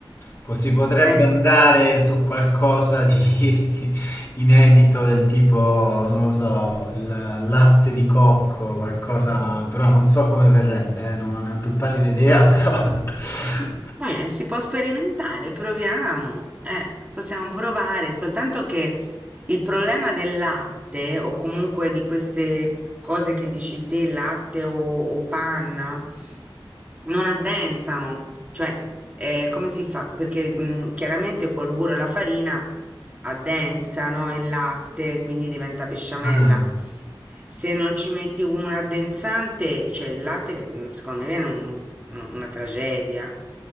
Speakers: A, on the left; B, on the right.
A: Po- Si potrebbe
B: Eh,
A: andare su qualcosa di <laughs> inedito del tipo, non lo so, il latte di cocco, qualcosa, però non so come verrebbe, eh, Non ho ne ho più pallida idea, però... <laughs>
B: eh, si può sperimentare, proviamo. Eh, possiamo provare, soltanto che Il problema del latte o comunque di queste cose che dici te, latte o, o panna, non addensano, cioè eh, come si fa? Perché mh, chiaramente col burro e la farina addensano il latte, quindi diventa besciamella.
A: Ah,
B: Se non ci metti un addensante, cioè il latte, ve- mh, secondo me viene un- un- una tragedia.